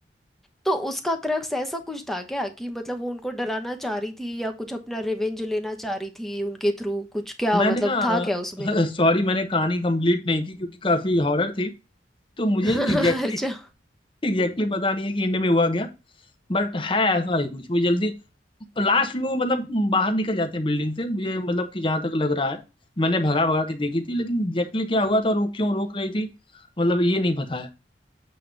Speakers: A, in the centre; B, on the left.
A: तो उसका क्रक्स ऐसा कुछ था क्या कि मतलब वो उनको डराना चाह रही थी या कुछ अपना रिवेंज लेना चाह रही थी उनके थ्रू कुछ क्या
B: मैंने
A: मतलब
B: ना
A: था क्या उसमें
B: <laughs> सॉरी मैंने कहानी कंप्लीट नहीं की क्योंकि काफी हॉरर थी तो मुझे
A: <laughs>
B: एग्जैक्टली
A: अच्छा
B: एग्जैक्टली पता नहीं है कि इंड में हुआ क्या बट है ऐसा ही कुछ वो जल्दी लास्ट में वो मतलब बाहर निकल जाते हैं बिल्डिंग से मुझे मतलब कि जहां तक लग रहा है मैंने भगा भगा के देखी थी लेकिन एग्जैक्टली क्या हुआ था और वो क्यों रोक रही थी मतलब ये नहीं पता है